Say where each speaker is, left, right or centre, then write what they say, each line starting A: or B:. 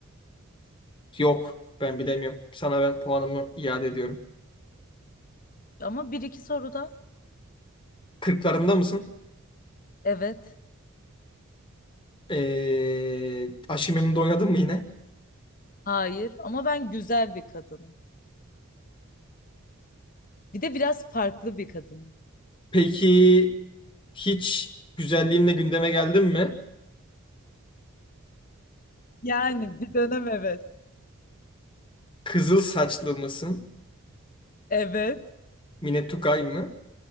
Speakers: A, on the left; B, on the left.
A: yok. Ben bilemiyorum. Sana ben puanımı iade ediyorum.
B: Ama bir iki soru da
A: Kırklarında mısın?
B: Evet.
A: Ee, Aşçı Memnu'da oynadın mı yine?
B: Hayır. Ama ben güzel bir kadınım. Bir de biraz farklı bir kadınım.
A: Peki hiç güzelliğinle gündeme geldin mi?
B: Yani bir dönem evet.
A: Kızıl saçlı mısın?
B: Evet.
A: Mine Tugay mı?